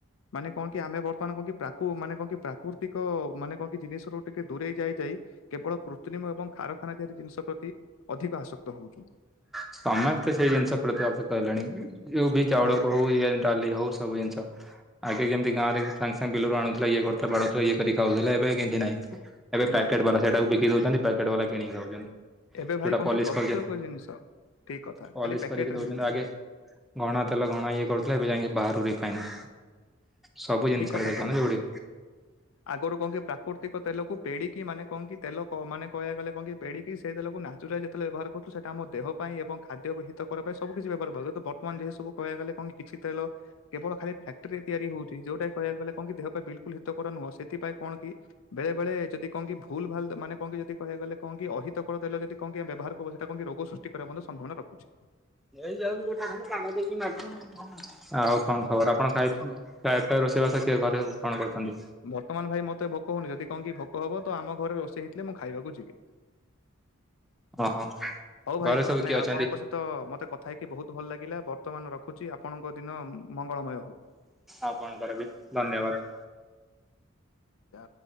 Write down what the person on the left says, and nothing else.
ମାନେ କଣ କି ଆମେ ବର୍ତ୍ତମାନ କଣ କି ପ୍ରାକୁ ମାନେ କଣ କି କହ କି ପ୍ରାକୃତିକ ମାନେ କଣ କି ଜିନିଷରୁ ଟିକେ ଦୂରେଇ ଯାଇଯାଇ। କେବଳ କୃତ୍ରିମ ଏବଂ କାରଖାନା ଆରି ଜିନିଷ ପ୍ରତି ଅଧିକ ଆସକ୍ତ ହଉଛୁ।
ହଁ।
ନାଇଁ
ଭାଇ
ଏବେ ଭାଇ
କଣ
କି ପ୍ରତ୍ୟେକ
ଜିନିଷ ଠିକ କଥା
ଖାଲି ପ୍ୟାକେଟରେ
ହିଁ ବିକ୍ରି
ହୁଏ।
ଠିକ କଥା
କହିଲେ
ଏବେ। ଆଗରୁ କଣ କି ପ୍ରାକୃତିକ ତେଲକୁ ପେଡିକି ମାନେ କଣ କି ତେଲ ମାନେ କହିବା ଗଲେ କଣ କି ପେଡ଼ିକି ସେଇ ତେଲ ନାଚୁରାଲ ଯେତେବେଳେ ବ୍ୟବହାର କରୁଛୁ ସେଟା ଆମ ଦେହ ପାଇଁ ଏବଂ ଖାଦ୍ୟ ହିତ କର ପାଇଁ ସବୁ କିଛି ବ୍ୟବହାର କରୁ ବ ବର୍ତ୍ତମାନ ଯୋଉ ସବୁ କହିବାକୁ ଗଲେ କଣ କିଛି ତେଲ କେବଳ ଖାଲି ଫ୍ୟାଟ୍ରିରେ ତିଆରି ହଉଛି। ଯୋଉଟାକୁ କହିବାକୁ ଗଲେ କଣ କି ଦେହ ପାଇଁ ବିଲକୁଲ ହିତକର ନୁହଁ ସେଥିପାଇଁ କଣ କି ବେଳେବେଳେ ଯଦି କଣ କି ଭୁଲ ଭାଲ ମାନେ କହ କି ଯଦି କହିବାକୁ ଗଲେ କଣ କି ଅହିତକର ତେଲ ଯଦି କଣ କି ଆମ ବ୍ୟହାର କରୁ ସେଟା କଣ କି ରୋଗ ସୃଷ୍ଟି କରିବାର ମଧ୍ୟ ସମ୍ଭାବନା ରଖୁଛି।
ବର୍ତ୍ତମାନ ଭାଇ ମତେ ଭୋକ ହଉନି ଯଦି କଣ କିି ଭୋକ ହବ ତ ଆମ ଘରେ ରୋଷେଇ ହେଇଥିଲେ ମୁଁ ଖାଇବାକୁ ଯିବି। ହଁ
ହଉ ଭାଇ
ମାନେ
ଆପଣଙ୍କ
ସହ ତ ମତେ କଥା ହେଇକି ବହୁତ ଭଲ ଲାଗିଲା ବର୍ତ୍ତମାନ ରଖୁଛି ଆପଣଙ୍କ ଦିନ ମଙ୍ଗଳମୟ ହଉ।
ଯା